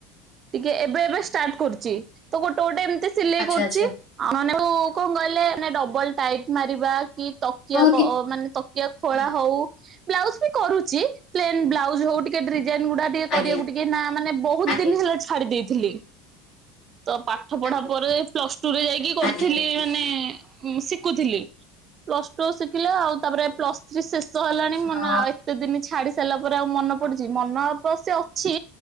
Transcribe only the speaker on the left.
ଆଚ୍ଛା
ଆଚ୍ଛା
ହଁ କି
ହୁଁ
ଆଜ୍ଞା
ଆଜ୍ଞା
ଆଜ୍ଞା
ଆଜ୍ଞା ଆଜ୍ଞା
ହଁ